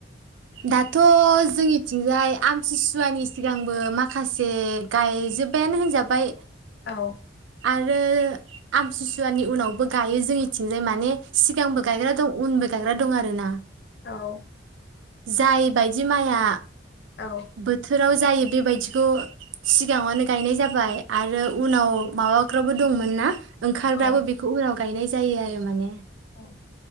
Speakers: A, on the right (about 80°); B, on the left (about 60°).
A: दाथ' जोंनिथिंजाय आमथिसुवानि सिगांबो माखासे गायजोब्बायानो होनजाबाय
B: औ
A: आरो आमथिुसुवानि उनावबो गायो जोंनि थिंजाय माने सिगांबो गायग्रा दं उनबो गायग्रा दं आरो ना
B: औ
A: जाय बायदि माइया
B: औ
A: बोथोराव जायोब बेबायदिखौ सिगाङनो गायनाय जाबाय आरो उनाव माबाग्राबो दंमोन ना ओंखारबाबो
B: औ
A: बेखौ उनाव गायनाय जायो आरो माने
B: औ